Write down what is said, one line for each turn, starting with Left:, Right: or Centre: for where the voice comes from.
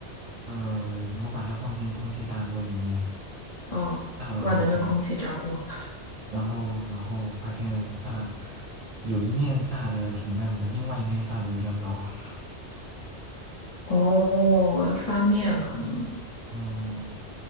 Right: 呃，我把它放进空气炸锅里面
Left: 哦，
Right: 炸了好久，
Left: 万能的空气炸锅。<laughs>
Right: 然后然后发现炸有一面炸的挺嫩的，另外一面炸的有点老。<laughs>
Left: 哦，要翻面可能。
Right: 嗯，